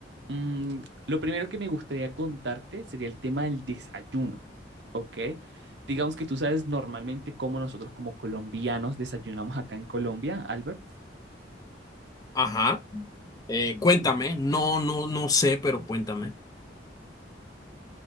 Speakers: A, on the right; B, on the left.
A: mm, lo primero que me gustaría contarte sería el tema del desayuno, ¿ok? Digamos que tú sabes normalmente cómo nosotros como colombianos desayunamos acá en Colombia, Albert.
B: Ajá. Eh, cuéntame, no, no, no sé, pero cuéntame.